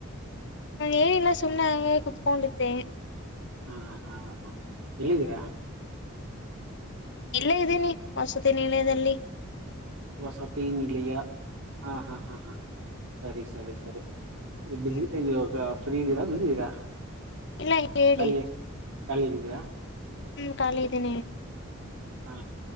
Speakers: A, on the left; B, on the right.
A: ನ ಏನಿಲ್ಲ ಸುಮ್ಮನೆ ಹಗೆ ಕುೂತ್ಕೊಂಡಿಿದ್ದೆ
B: ಹಾ ಹಾ ಹ ಎಲ್ಲಿದ್ದೀರಾ
A: ಹ್ಮ್ ಇಲ್ಲೇ ಇದ್ದೀನಿ ವಸತಿ ನಿಲಯದಲ್ಲಿ
B: ವಸತಿ ನಿಿಲಿಯ ಹಾ ಹಾ ಹಾ ಹಾ ಸರಿ ಸರಿ ಸರಿ ಬ
A: ಹ್ಮ್
B: ಇ ಫ್ರೀ ಇದ್ದೀರಾ ಬಿಸಿದೀರಾ
A: ಇಲ್ಲ ಹೇಳಿ
B: ಅಲ್ಲಿ ಕಾಲಿಗಿದೀೆಯಾ <unintelligible>
A: ಹ್ಮ್ ಖಾಲಿ ಇದ್ದೀನಿ
B: ಹಾ